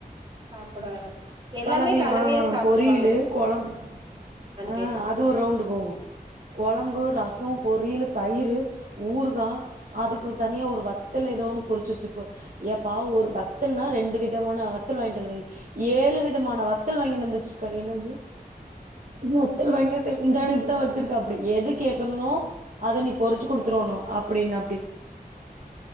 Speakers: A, on the right; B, on the right.
A: சாப்புட எல்லாமே
B: கலவையா ஆ
A: சாப்புடுவாங்களான்னு
B: பொரியலு கொழம் ஆ
A: கேட்
B: அது ஒரு ரவுண்டு போகு கொழம்பு ரசோ பொரியலு தயிரு ஊருகா அதுக்கு தனியா ஒரு வத் வத்தல் எதோ ஒன்னு பொருச்சு வச்சுப்பா ஏப்பா ஒரு வத்தல்னா ரெண்டு விதமான வத்தல் வாங்கிட்டு வருவிங்க ஏழு வித மான வத்தல் வாங்கினு வந்து வச்சுருக்காரு என்னது வத்தல் வாங்கி முந்தா நேத்துதா வச்சுருக் அப்டி எது கேக்குற்னோ அத நீ பொறுச்சு குடுத்துருணோ அப்டின்னு அப்டி